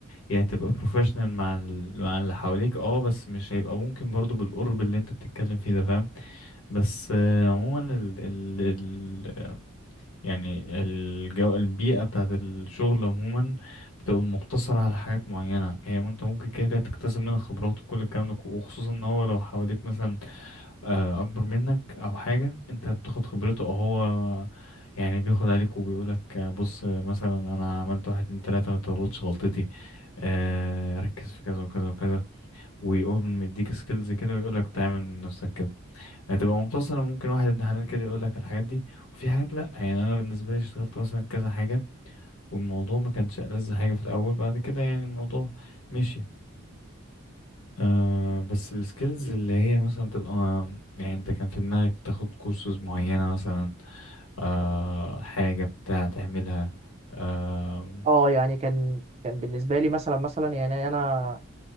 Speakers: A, on the left (about 85°); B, on the right (about 30°).
A: يعني تبقى بروفيشنال مع ال... مع اللي حواليك اه بس مش هيبقى ممكن برضو بالقرب اللي انت بتتكلم فيه ده فاهم بس آه، عموما ال... ال... يعني الجو البيئة بتاعت الشغل عموما بتبقى مقتصرة على حاجات معينة هي ما انت ممكن كده كده تكتسب منها خبرات وكل الكلام ده وخصوصا ان هو لو حواليك مثلا آه، أكبر منك أو حاجة انت بتاخد خبرته أو هو يعني بياخد عليك وبيقولك آه، بص آه، مثلا أنا عملت واحد اتنين تلاتة متغلطش غلطتي آه، ركز في كذا وكذا وكذا ويقوم مديك سكيلز كده ويقولك تعمل من نفسك كده هتبقى مقتصرة ممكن واحد ابن حلال كده يقول لك الحاجات دي وفي حاجات لأ يعني أنا بالنسبة لي اشتغلت مثلا كذا حاجة والموضوع ما كانش ألذ حاجة في الأول بعد كده يعني الموضوع مشي آه بس السكيلز اللي هي مثلا تبقى يعني أنت كان في دماغك تاخد كورسز معينة مثلا آه حاجة بتاع تعملها آه
B: اه يعني كان كان بالنسبه لي مثلا مثلا يعني انا